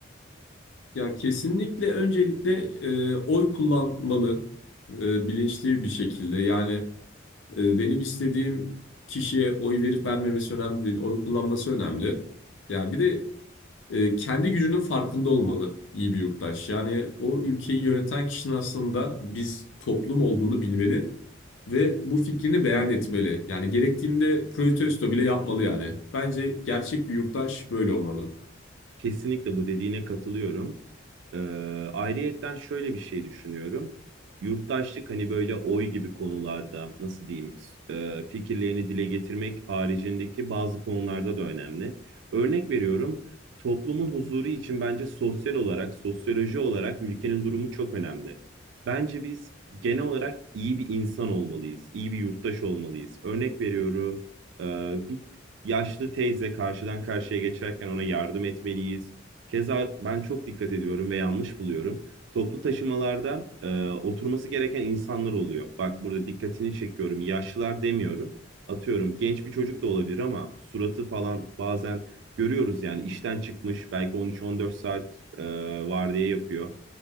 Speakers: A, on the left; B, on the right.
A: Ya kesinlikle öncelikle e, oy kullanmalı e, bilinçli bir şekilde. Yani e, benim istediğim kişiye oy verip vermemesi önemli değil. Oy kullanması önemli. Ya bir de e, kendi gücünün farkında olmalı iyi bir yurttaş. Yani o ülkeyi yöneten kişinin aslında biz toplum olduğunu bilmeli ve bu fikrini beyan etmeli. Yani gerektiğinde protesto bile yapmalı yani. Bence gerçek bir yurttaş böyle olmalı.
B: Kesinlikle bu dediğine katılıyorum. Ee, ayrıyetten şöyle bir şey düşünüyorum. Yurttaşlık hani böyle oy gibi konularda nasıl diyeyim e, fikirlerini dile getirmek haricindeki bazı konularda da önemli. Örnek veriyorum toplumun huzuru için bence sosyal olarak, sosyoloji olarak ülkenin durumu çok önemli. Bence biz genel olarak iyi bir insan olmalıyız, iyi bir yurttaş olmalıyız. Örnek veriyorum e, bir yaşlı teyze karşıdan karşıya geçerken ona yardım etmeliyiz. Keza ben çok dikkat ediyorum ve yanlış buluyorum. Toplu taşımalarda e, oturması gereken insanlar oluyor. Bak burada dikkatini çekiyorum. Yaşlılar demiyorum. Atıyorum genç bir çocuk da olabilir ama suratı falan bazen görüyoruz yani işten çıkmış belki 13-14 saat e, vardiya yapıyor